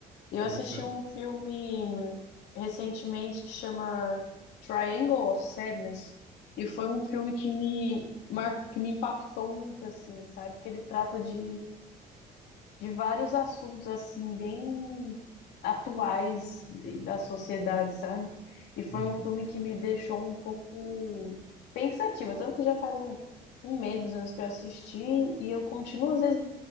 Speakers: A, on the left (about 80°); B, on the right (about 40°).
A: Eu
B: Boto
A: assisti
B: fé.
A: um filme hum, recentemente que chama Triangle of Sadness, e foi um filme que me, mar... que me impactou muito, assim, sabe? Porque ele trata de de vários assuntos assim bem atuais da sociedade, sabe? E foi
B: uhum.
A: um filme que me deixou um pouco pensativa, tanto que já faz um, um mês mais ou menos que eu assisti e eu continuo às vezes